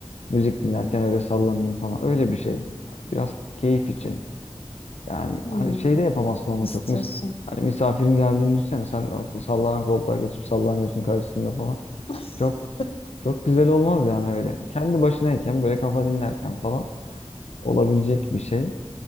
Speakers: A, on the left; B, on the left.
A: müzik dinlerken öyle sallanayım falan. Öyle bir şey. Biraz keyif için. Yani
B: Hmm,
A: hani şey de yapamazsın onu
B: istiyorsun.
A: çok. Mis hani misafirin geldiğini düşünsene sen o sallanan koltuğa geçip sallanıyorsun karşısında falan.
B: <laughs>
A: Çok çok güzel olmaz yani öyle. Kendi başınayken böyle kafa dinlerken falan olabilecek bir şey.